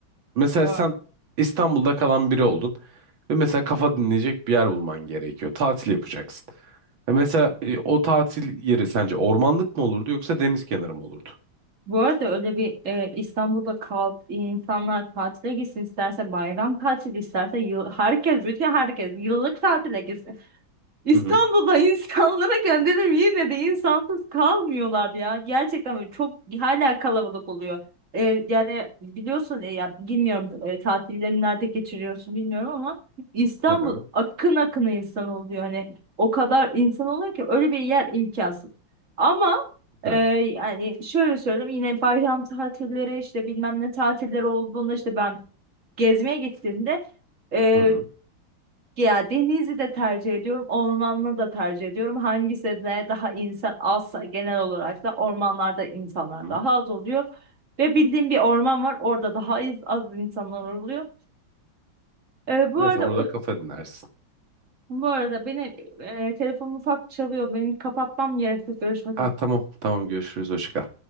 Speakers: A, on the right; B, on the right.
A: Mesela
B: Evet.
A: sen İstanbul'da kalan biri oldun ve mesela kafa dinleyecek bir yer bulman gerekiyor. Tatil yapacaksın. Ya mesela e, o tatil yeri sence ormanlık mı olurdu yoksa deniz kenarı mı olurdu?
B: Bu arada öyle bir e, İstanbul'da kal insanlar tatile gitsin isterse bayram tatili isterse yıl, herkes bütün herkes yıllık tatile gitsin. İstanbul'da
A: Hı hı.
B: <laughs> insanlara gönderim yine de insansız kalmıyorlar ya. Gerçekten böyle çok hala kalabalık oluyor. Ee, yani biliyorsun e, ya bilmiyorum e, tatillerini nerede geçiriyorsun bilmiyorum ama İstanbul
A: Hı hı.
B: akın akın insan oluyor. Hani o kadar insan oluyor ki öyle bir yer imkansız. Ama e,
A: Hı
B: yani şöyle söyleyeyim yine bayram tatilleri işte bilmem ne tatilleri olduğunda işte ben gezmeye gittiğimde e,
A: hı.
B: ya denizi de tercih ediyorum, ormanlı da tercih ediyorum. Hangisine daha insan azsa genel olarak da ormanlarda insanlar
A: Hı hı.
B: daha az oluyor. Ve bildiğim bir orman var, orada daha az, az insanlar oluyor. Ee, bu
A: Mesela
B: arada
A: orada kafa dinlersin.
B: bu arada beni e, telefonum ufak çalıyor. Benim kapatmam gerekiyor. Görüşmek
A: Ha,
B: üzere.
A: tamam tamam görüşürüz hoşça kal.